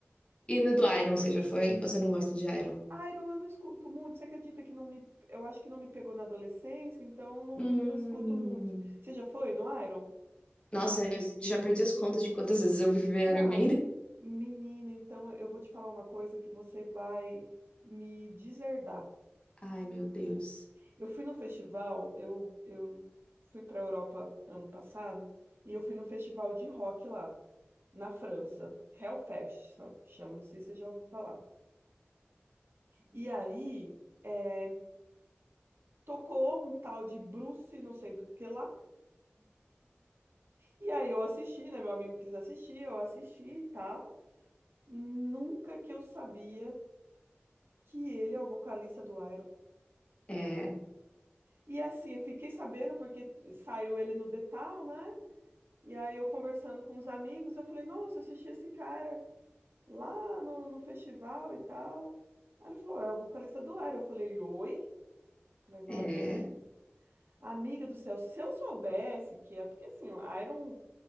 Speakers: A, on the left; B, on the right.
A: E no do Iron, você já foi? Ou você não gosta de Iron?
B: Iron eu não escuto muito. Você acredita que não me, eu acho que não me pegou na adolescência, então não,
A: Hum.
B: não escuto muito. Você já foi no Iron?
A: Nossa, eu já perdi as contas de quantas vezes eu vi ver
B: Não.
A: Iron Maiden.
B: Menina, então eu vou te falar uma coisa que você vai me deserdar.
A: Ai, meu Deus.
B: Eu fui no festival, eu, eu fui para a Europa ano passado, e eu fui no festival de rock lá, na França. Hellfest cha- chama, não sei se você já ouviu falar. E aí, eh, tocou um tal de Bruce, não sei do que lá. E aí eu assisti, né? Meu amigo quis assistir, eu assisti e tal. Nunca que eu sabia que ele é o vocalista do Iron.
A: É,
B: E assim, eu fiquei sabendo porque saiu ele no The Town, né? E aí eu conversando com os amigos, eu falei, nossa, eu assisti esse cara lá no, no festival e tal. Aí ele falou, é o vocalista do Iron. Eu falei, oi? Eu falei, não
A: é.
B: acredito. Amiga do céu, se eu soubesse que é porque assim, o Iron,